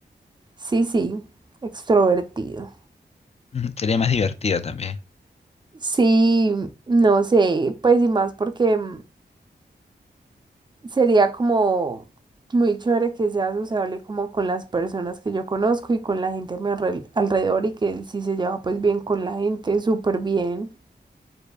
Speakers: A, on the right (about 25°); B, on the left (about 35°).
A: Sí, sí, extrovertido.
B: <laughs> Sería más divertido también.
A: Sí, no sé, pues y más porque mm, Sería como muy chévere que sea sociable como con las personas que yo conozco y con la gente a mi alre- alrededor y que si se lleva pues bien con la gente, súper bien.